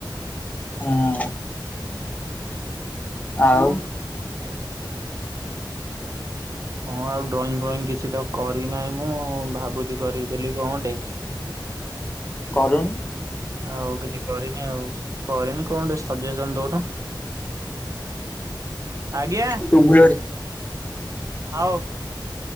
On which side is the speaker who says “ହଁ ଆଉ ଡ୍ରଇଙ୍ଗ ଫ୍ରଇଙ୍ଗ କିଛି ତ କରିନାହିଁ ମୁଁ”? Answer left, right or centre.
Right